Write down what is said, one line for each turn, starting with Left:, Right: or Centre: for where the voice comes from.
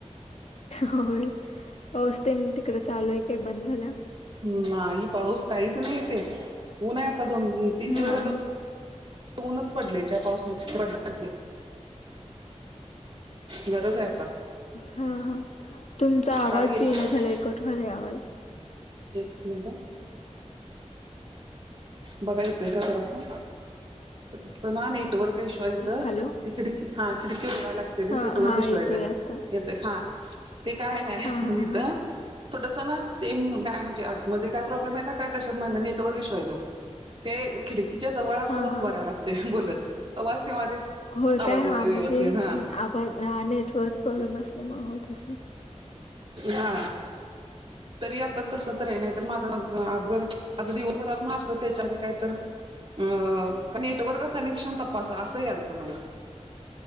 Left: होय, पाऊसतेन तिकड चालूय काय बंद झाला?
Right: नाही पाऊस काहीच नाहीे इथे ऊन आहे आता दोन तीन
Left: हा.
Right: दिवस झालं ऊनच पडलय काय पाऊस नाई पड गरज आ
Left: हा हा, तुमचा आवाज
Right: काल गेलो
Left: येईना
Right: होतो
Left: झालाय, कट व्हायलाय आवाज.
Right: एक मिनटं बघा येतोय का जरासा जरासंना नेटवर्क इशू आहे इथं.
Left: हॅलो
Right: ती खिडकी हा खिडकी उगडायला लाग
Left: हा
Right: नेटवर्क
Left: हा
Right: इश्यू
Left: येतोय
Right: इथ
Left: आता
Right: येत हा ते काय नाही
Left: हा हा
Right: इथ
Left: हा
Right: थोडस ना ते काय म्हणजे ऍपमध्ये काय प्रॉब्लेम आहे काय कशात माहित नाय नेटवरक इशू आहे तो. ते खिडकीच्या जवळ असं
Left: हा
Right: हूभारायला
Left: हा
Right: लागतय बोलत तवाच तेव्हा ते
Left: होय
Right: आवाज
Left: काय हा
Right: येतोय
Left: म्हणजे
Right: व्यवस्थित हा.
Left: आवाज हा नेटवर्क प्रॉब्लेम असल्यामुळे होत असे
Right: ना तरी आता तस तर अय नाहीतर माझं अघर आ दिवसभरात ना असतं त्याच्यामध्ये काहीतर अ का नेटवर्क का कनेक्शन तप्पासा असं यालत मला